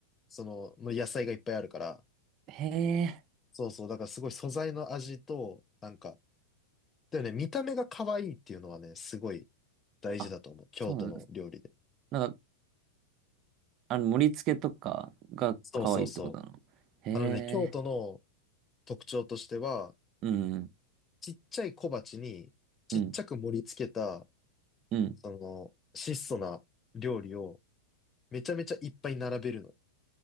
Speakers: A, on the left; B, on the right.
A: その、の野菜がいっぱいあるから。
B: へえ。
A: そうそう。だからすごい素材の味と、なんか、だよね、見た目が可愛いっていうのはね、すごい大事だと思う。
B: あ、
A: 京都の料理で。
B: そうなんですなんか、あの、盛り付けとかが可愛いってことなのへ
A: そうそうそう。あのね、京都の
B: え。
A: 特徴としては、
B: うん。
A: ちっちゃい小鉢にちっちゃく盛り付けた、
B: うんうん。
A: その、質素な料理をめちゃめちゃいっぱい並べるの。